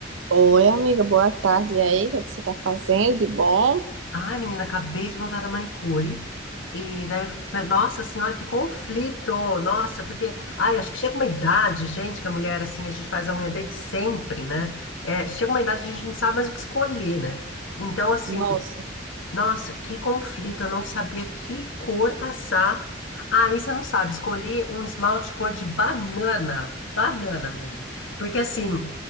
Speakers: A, on the right; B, on the left.
A: Oi, amiga, boa tarde. E aí, o que é que você tá fazendo de bom?
B: Ai, menina, acabei de voltar da manicure. E daí, nossa senhora, que conflito! Nossa, porque, ai, acho que chega uma idade, gente, que a mulher, assim, a gente faz a unha desde sempre, né? É, chega uma idade que a gente não sabe mais o que escolher, né? Então, assim,
A: Nossa,
B: Nossa, que conflito, eu não sabia que cor passar. Aí você não sabe, escolhi um esmalte cor de banana. Banana, menina. Porque assim,